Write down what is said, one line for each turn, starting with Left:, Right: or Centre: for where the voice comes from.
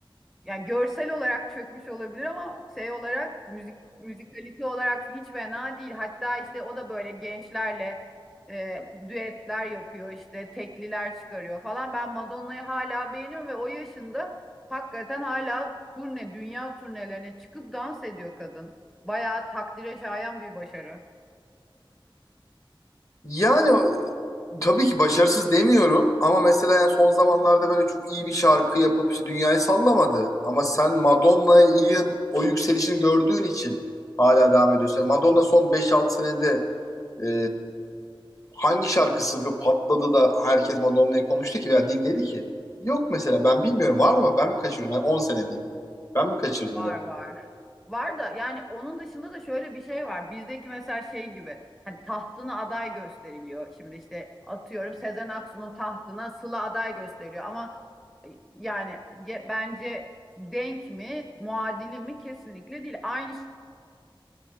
Centre: yani görsel olarak çökmüş olabilir ama şey olarak müzik müzikalite olarak hiç fena değil. Hatta işte o da böyle gençlerle e, düetler yapıyor işte tekliler çıkarıyor falan. Ben Madonna'yı hala beğeniyorum ve o yaşında hakikaten hala turne dünya turnelerine çıkıp dans ediyor kadın. Bayağı takdire şayan bir başarı.
Left: Yani Tabii ki başarısız demiyorum ama mesela yani son zamanlarda böyle çok iyi bir şarkı yapıp işte dünyayı sallamadı. Ama sen Madonna'yı o yükselişini gördüğün için hala devam ediyorsun. Yani Madonna son beş 6 senede e, hangi şarkısı çok patladı da herkes Madonna'yı konuştu ki veya dinledi ki? Yok mesela ben bilmiyorum var mı? Ben mi kaçırıyorum? Ben 10 sene diyeyim. Ben mi kaçırdım
Centre: Var
Left: yani?
Centre: var. Var da yani onun dışında da şöyle bir şey var. Bizdeki mesela şey gibi hani tahtına aday gösteriliyor. Şimdi işte atıyorum Sezen Aksu'nun tahtına Sıla aday gösteriliyor ama e, yani ye- bence denk mi, muadili mi kesinlikle değil. Aynı